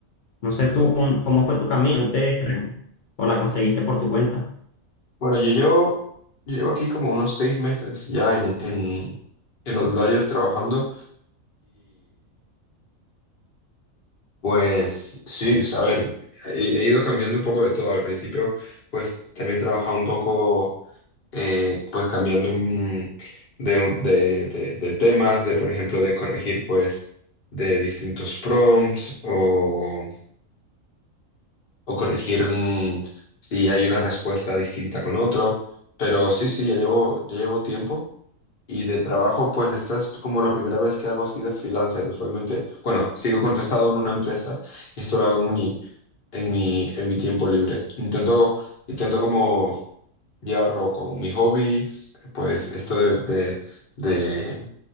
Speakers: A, on the left; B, on the left.
A: no sé tú cómo, cómo fue tu camino te- o la conseguiste por tu cuenta.
B: Bueno, yo llevo, yo llevo aquí como unos seis meses ya en, en, en Outlier trabajando. Pues sí, pues, a ver, he, he ido cambiando un poco de todo. Al principio, pues también trabajaba un poco, eh, pues cambiando un- de, un- de- de- de temas, de por ejemplo, de corregir pues de distintos prompts o, o corregir mm, si hay una respuesta distinta con otro. Pero sí, sí, ya llevo, ya llevo tiempo. Y de trabajo, pues esta es como la primera vez que hago así de freelancer. Usualmente, bueno, sigo contratado en una empresa y esto lo hago en mi en mi, en mi tiempo libre. Intento, intento como llevarlo con mis hobbies, pues esto de, de, de,